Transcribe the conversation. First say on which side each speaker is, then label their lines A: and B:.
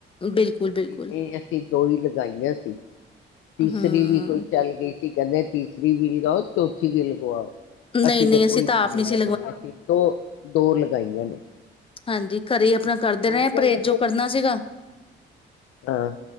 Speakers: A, on the left; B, on the left.
A: ਬਿਲਕੁਲ,
B: ਅਸੀਂ
A: ਬਿਲਕੁਲ
B: ਇਹ ਅਸੀਂ ਦੋ ਹੀ ਲਗਾਈਆਂ ਸੀ ਤੀਸਰੀ
A: ਹੂੰ
B: ਵੀ ਕੋਈ ਚੱਲ ਗਈ ਅਸੀਂ ਕਦੇ ਤੀਸਰੀ ਬੀ ਲਗਾਓ ਚੌਥੀ ਬੀ ਲਗਵਾਓ
A: ਨਹੀਂ,
B: ਅਸੀਂ
A: ਨਹੀਂ
B: ਤਾਂ ਕੋਈ
A: ਆਪ
B: ਨੀ
A: ਨਹੀਂ
B: ਲਗਵਾਈਆਂ
A: ਸੀ
B: ਕ ਦੋ ਦੋ ਲਗਾਈਆਂ ਨੇ
A: ਹਾਂਜੀ। ਘਰੇ ਆਪਣਾ
B: ਤੁਸੀਂ
A: ਕਰਦੇ
B: ਦੋ
A: ਰਹੇ
B: ਲਗਾਈ
A: ਆ ਪਰੇਜ਼ ਜੋ
B: ਸੀ?
A: ਕਰਨਾ ਸੀਗਾ
B: ਹਾਂ